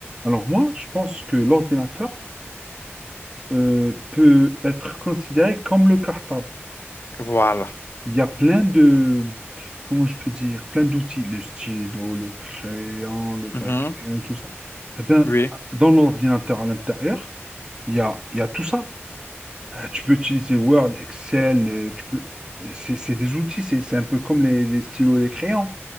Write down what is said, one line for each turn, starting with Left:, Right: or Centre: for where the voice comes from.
Right: Alors, moi, je pense que l'ordinateur euh, peut être considéré comme le cartable.
Left: Voilà.
Right: Il y a plein de, comment je peux dire, plein d'outils, le stylo, le crayon, le papier,
Left: Mhm.
Right: tout ça. Eh bien,
Left: Oui,
Right: dans l'ordinateur à l'intérieur, il y a, il y a tout ça. Euh, Tu peux utiliser Word, Excel, euh, tu peux, c'est c'est des outils, c'est c'est un peu comme les, les stylos et les crayons.